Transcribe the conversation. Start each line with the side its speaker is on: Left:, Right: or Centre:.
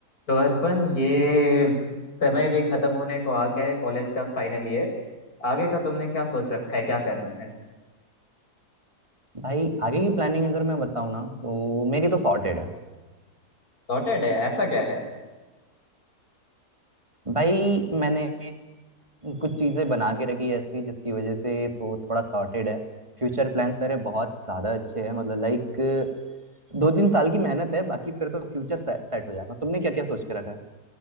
Left: तो अर्पण ये समय भी खत्म होने को आ गया है कॉलेज का फाइनल ईयर आगे का तुमने क्या सोच रखा है क्या करना है
Right: भाई आगे की प्लानिंग अगर मैं बताऊँ ना तो मेरी तो सॉर्टेड है
Left: सॉर्टेड है ऐसा क्या है
Right: भाई मैंने कुछ चीज़ें बना के रखी है ऐसी जिसकी वजह से तो थोड़ा सॉर्टेड है फ्यूचर प्लान्स मेरे बहुत ज़्यादा अच्छे हैं मतलब लाइक दो तीन साल की मेहनत है बाकी फिर तो फ्यूचर सेट हो जाएगा तुमने क्या क्या सोच के रखा है